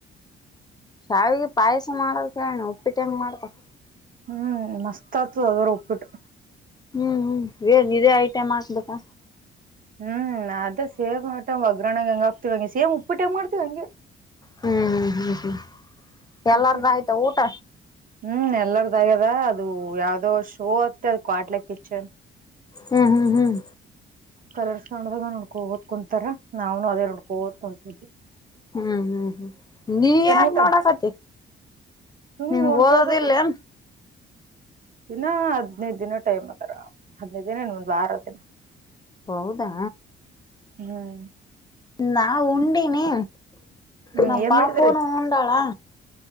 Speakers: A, on the left; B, on the right.
A: ಶಾವಿಗೆ ಪಾಯಸ ಮಾಡೋದ ಕಣ ಉಪ್ಪಿಟ್ಟ ಹೆಂಗ್ ಮಾಡ್ತಾರ
B: ಹ್ಮ್ ಮಸ್ತ್ ಆಗ್ತದ ಅದರು ಒಪ್ಪಬಿಟ್ಟು
A: ಹ್ಮ್ ಹ್ಮ್ ಏನ್ ಇದೇ ಐಟೈಮ್ ಹಾಕ್ಬೇಕಾ
B: ಹ್ಮ್ ಅದ ಸೇ್ ಟಮ್ ಒಗ್ಗರಣ ಹೆಂಗ ಹಕ್ತಿವವಿ ಹಂಗೆ ಸೇ್ ಉಪ್ಪು ಟೈಮ ಮಾಡ್ತತಿವಿ ಹಂಗೆ
A: ಹ್ಮ್ ಹ್ಮ್ ಹ್ಮ್ ಹ್ಮ್ ಎಲ್ಲಾರ್ದು
B: ಉಪ್ಪಿಟ
A: ಆಯ್ತಾ ಊಟ
B: ಹ್ಮ್ ಎಲ್ಲಾರ್ದಾಗ್ಯದ ಅದ ಅದು ಯಾವ್ದೋ ಶೋ ಆತ್ತೆ ಅದು ಕ್ವಾಟ್ಲೆ ಕಿಚನ್
A: ಹ್ಮ್ ಹ್ಮ್ ಹ್ಮ್
B: ಕಲರ್ಸ್ ಕನ್ನಡದಾಗ ನೋಡ್ಕೋ ಓದ್ಕೊಂತಾರ ನಾವನು ಅದೇ ನೋಡ್ಕೋ ಓದ್ಕೊತಿದಿ
A: ಹ್ಮ್ ಹ್ಮ್ ಹ್ಮ್ ನೀ ಯಾಕ
B: ಊಟ
A: ನೋಡಕತಿ
B: ಸುಮ್
A: ನಿಮಗ್
B: ನೋಡ್ಕೋದ
A: ಓದೋದ ಇಿಲ್ಲನ್
B: ದಿನ ಹದ್ೈದದು ದಿನ ಟೈಮ್ ಅದಾರ ಹದ್ಿನೈದು ದಿನ ಇನ್ ಒಂದ್ ವಾರ ದಿನ
A: ಹೌದಾ
B: ಹ್ಮ್
A: ನಾ ಉಂಡಿನಿ
B: ಹ್ಮ್
A: ನಾ
B: ಏನ್
A: ಪಾಪನು
B: ಮಾಡಿದ್ರಿ
A: ಉಂಡಳಾ